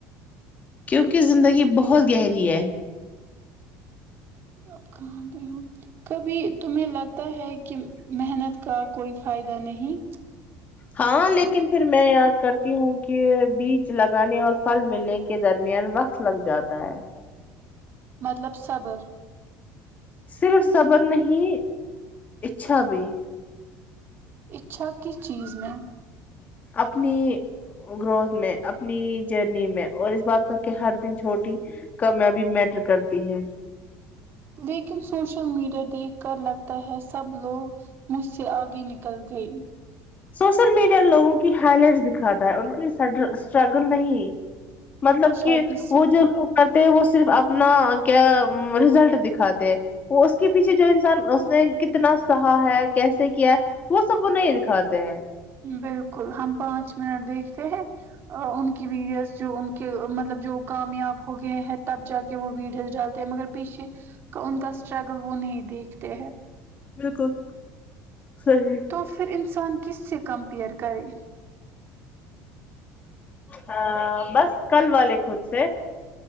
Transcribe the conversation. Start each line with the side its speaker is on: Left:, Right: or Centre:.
Left: کیونکہ زندگی بہت گہری ہے
Right: اب کہاں پہ ہ کبھی تمہیں لگتا ہے کہ محنت کا کوئی فائدہ نہیں
Left: ہاں لیکن پھر میں یاد کرتی ہوں کہ بیج لگانے اور پھل ملنے کے درمیان وقت لگ جاتا ہے
Right: مطلب صبر
Left: صرف صبر نہیں اچھا بھی
Right: اچھا کس چیز میں
Left: اپنی گروتھ میں اپنی جرنی میں اور اس بات کا کہ ہر دن چھوٹی کامیابی میٹر کرتی ہے
Right: لیکن سوشل میڈیا دیکھ کر لگتا ہے سب لوگ مجھ سے آگے نکل گئے
Left: سوشل میڈیا لوگوں کی ہائی لائٹس دکھاتا ہے ان کی اسٹرگل نہیں مطلب
Right: شاید
Left: کہ
Right: اس
Left: وہ جووگ کرتے وہ صرف اپنا کیا رزلٹ دکھاتے وہ اس کے پیچھے جو انسان اس نے کتنا سہا ہے کیسے کیا ہے وہ سب وہ نہیں دکھاتا سے
Right: بالکل ہم پانچ منٹ دیکھتے ہیں ان کی ویڈیوز جو ان کے مطلب جو کامیاب ہو گئے ہیں تب جا کے وہ ویڈیوز ڈالتے مگر پیچھے کا ان کا اسٹرگل وہ نہیں دیکھتے ہیں
Left: بالکل صحیح
Right: تو پھر ان انسان کس سے کمپر کرے
Left: ہ بس کل والے خود سے